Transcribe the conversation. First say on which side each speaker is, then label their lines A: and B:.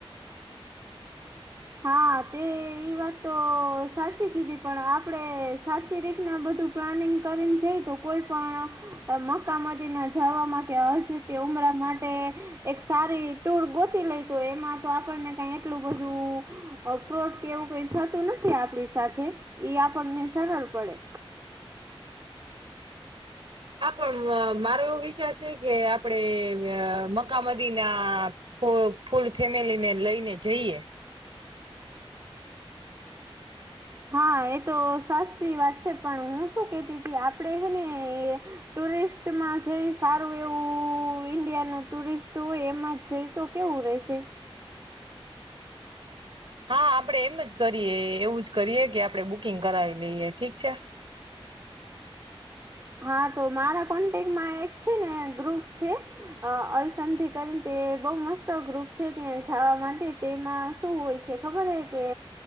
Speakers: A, on the right (about 30°); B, on the right (about 60°).
A: હા તે ઈ વાત તો સાચી કીધી પણ આપડે સાચી રીતના બધું પ્લાનિંગ કરીને જઈ તો કોઈ પણ મક્કાામદી ના જવામાં કે હજ કે ઉમરા માટે એક સારી ટુર ગોતી લઈ તો એમાં તો આપણને કઈ એટલું બધું ફ્રોટ કે એવું કઈ થતું નથી આપડી સાથે એ આપણને સરળ પડે
B: હા પણ મારો એવો વિચાર છે કે આપડે મકામદી ના ફૂલ ફેમિલી ને લઈને જઈએ
A: હા એ તો સાચી વાત છે પણ હું શું કેતી આપડે હે ને ટુરિસ્ટમાં જે સારું એવું ઈન્ડિયાનું ટુરિસ્ટ હોય એમાં છે તો કેવું રહેશે
B: હા આપડે એમ જ કરીએ એવું જ કરીએ કે આપડણે બુકિંગ કરાવી લઈએ ઠીક છે
A: હા તો મારા કોન્ટેક્ટમાં એક છે ને ગ્રુપ છે અ અલસંધિ કરીને તે બહુ મસ્ત ગ્રુપ છે ત્યાં જવા માટે તેમાં શું હોય છે ખબર હ કે